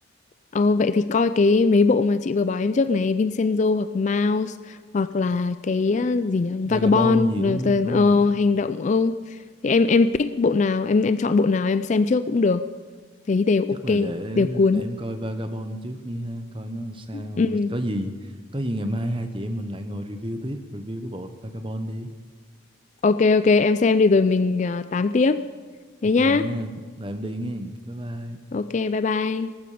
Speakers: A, on the left; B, on the right.
A: Ờ, vậy thì coi cái mấy bộ mà chị vừa bảo em trước này Vincenzo hoặc Mouse hoặc là cái ờ, gì nhỉ
B: Vagabond
A: Vagabond
B: gì
A: rồi
B: đúng
A: tờ-
B: không? Đúng
A: ờ,
B: rồi.
A: hành động ờ. thì em em pick bộ nào em em chọn bộ nào em xem trước cũng được thấy đều ok
B: Chắc là để
A: đều cuốn
B: để em coi Vagabond trước đi ha, coi nó sao.
A: ừ.
B: Có gì có gì ngày mai hai chị em mình lại ngồi review tiếp, review cái bộ Vagabond đi.
A: ok ok em xem đi rồi mình ờ, tám tiếp thế
B: Ok
A: nhá
B: nhá. tụi em đi nghe. Bye bye.
A: ok bye bye